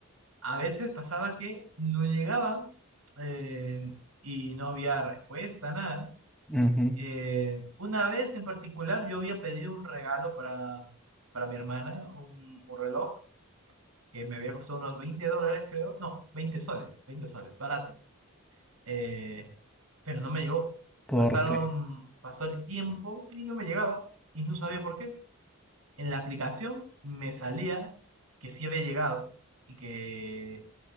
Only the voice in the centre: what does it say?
Ujú.
¿Por
qué?